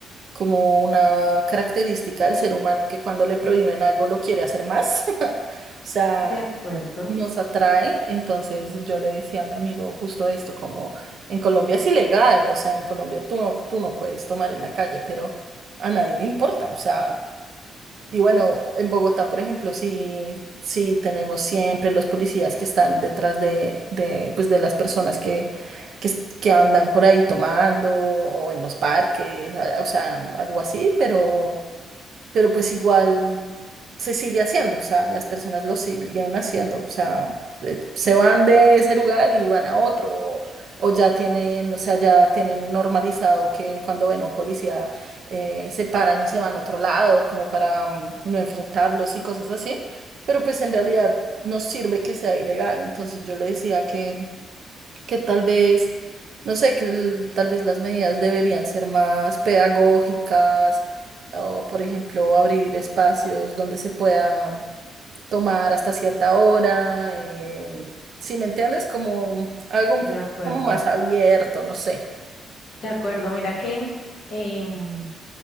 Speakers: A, on the right; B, on the left.
A: como una característica del ser humano que cuando le prohíben algo lo quiere hacer más. <laughs> O sea,
B: De acuerdo.
A: nos atrae. Entonces yo le decía a mi amigo justo esto, como en Colombia es ilegal, o sea, en Colombia tú no, tú no puedes tomar en la calle, pero a nadie le importa. O sea... Y bueno, en Bogotá, por ejemplo, sí, sí tenemos siempre los policías que están detrás de, de, pues de las personas que, que, es- que andan por ahí tomando o en los parques, a- o sea, algo así, pero pero pues igual se sigue haciendo, o sea, las personas lo siguen haciendo, o sea, eh, se van de ese lugar y van a otro, o, o ya tienen, o sea, ya tienen normalizado que cuando ven a un policía eh, se paran y se van a otro lado, como para mm, no enfrentarlos y cosas así, pero pues en realidad no sirve que sea ilegal, entonces yo le decía que que tal vez, no sé, que el- tal vez las medidas deberían ser más pedagógicas o, por ejemplo, abrir espacios donde se pueda tomar hasta cierta hora. eh, si me entiendes, como algo
B: de
A: un poco
B: acuerdo,
A: como más abierto, no sé.
B: de acuerdo. Mira que em,